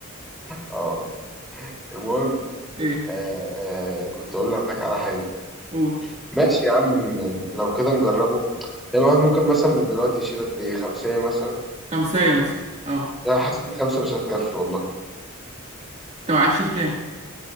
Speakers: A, in the centre; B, on the right.
A: اه المهم
B: ايه
A: آه آه كنت اقول لك على حاجه
B: قول
A: ماشي يا عم ن- لو كده نجربه يعني الواحد ممكن مثلا من دلوقتي يشيل قد ايه خمسة مثلا
B: خمسة مثلا اه
A: انا حاسس ان خمسة مش هتكفي والله
B: انت عايز تشيل كام؟